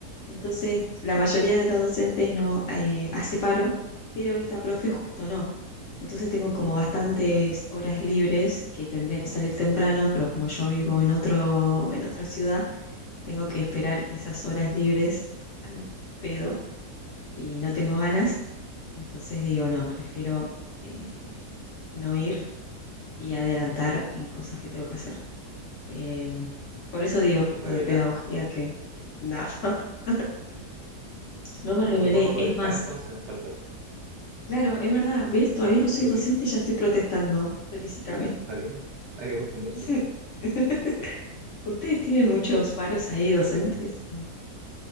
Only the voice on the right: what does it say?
te revelaste.
weón.
Es tu forma de protestar
entonces, el falta.
Qué
bonito,
Está bien, hay que acostumbrarse.
de a poquito.